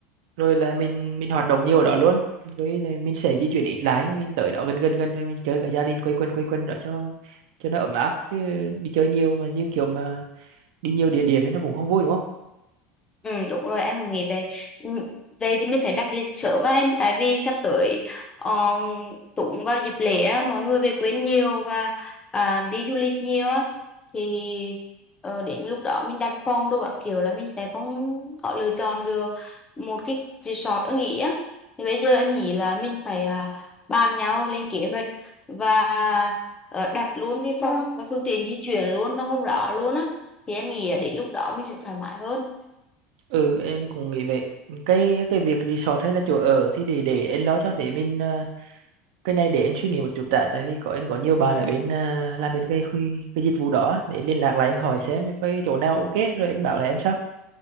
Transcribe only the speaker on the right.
rồi là mình mình hoạt động nhiều
ở đó luôn với là mình sẽ di chuyển ít lái mình tới đó gần gần gần rồi mình chơi cả gia đình quây quần quây quần đó cho cho nó ấm áp chứ đi chơi nhiều mà như kiểu mà đi nhiều địa điểm thì nó cũng không vui đúng không
ừ em cũng nghĩ vậy cái cái việc resort hay là chỗ ở thì để để em lo cho để mình à, cái này để em suy nghĩ một chút đã tại vì có em có nhiều bạn ở bên à, làm bên cái khu- cái dịch vụ đó á, để em liên lạc lại em hỏi xem cái chỗ nào ok rồi em bảo là em sao